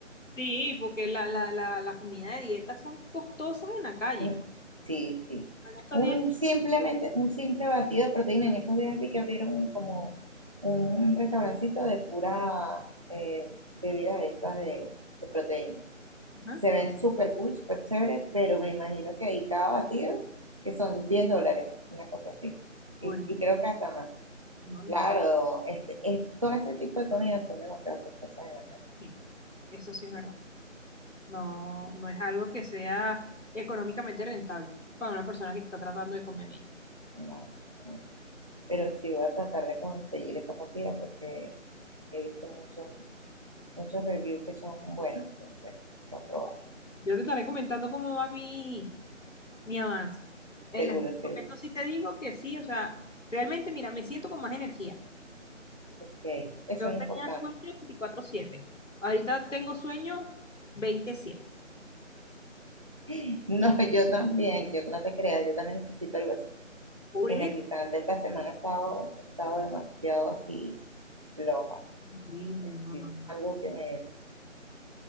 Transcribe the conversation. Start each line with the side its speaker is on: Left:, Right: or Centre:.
Left: Sí, porque la, la, la, la comida de dieta son costosas en la calle.
Right: Mm, Sí, sí.
Left: En estos
Right: Un
Left: días,
Right: simplemente, un simple batido de proteína. En estos días vi que abrieron como un restaurancito de pura eh, bebida de estas de, de proteína.
Left: ajá,
Right: se ven súper cool, súper chévere, pero me imagino que ahí cada batido, que son 10 dólares, una cosa así.
Left: ahora,
Right: Y, y creo que hasta más.
Left: no, no,
Right: Claro, este, es- todo ese tipo de comidas son demasiadas cosas en la calle.
Left: sí, eso sí es verdad. No, no es algo que sea económicamente rentable para una persona que está tratando de comer bien.
Right: en la- en la- pero sí voy a tratar de conseguir esa partida porque he visto muchos muchos reviews que son buenos, entonces voy a probar.
Left: Yo te estaré comentando cómo va mi, mi avance. En
Right: Seguro,
Left: estos
Right: seguro.
Left: momentos sí te digo que sí, o sea, realmente, mira, me siento con más energía.
Right: Ok, eso
Left: Yo
Right: es importante.
Left: tenía sueño veinticuatro siete Ahorita tengo sueño 27.
Right: <laughs> No, yo también, yo no te creas, yo también necesito algo
Left: Por
Right: energizante.
Left: eso.
Right: Esta semana he estado, he estado demasiado así floja.
Left: Horrible,
Right: Es
Left: no,
Right: decir,
Left: no, no.
Right: algo que me,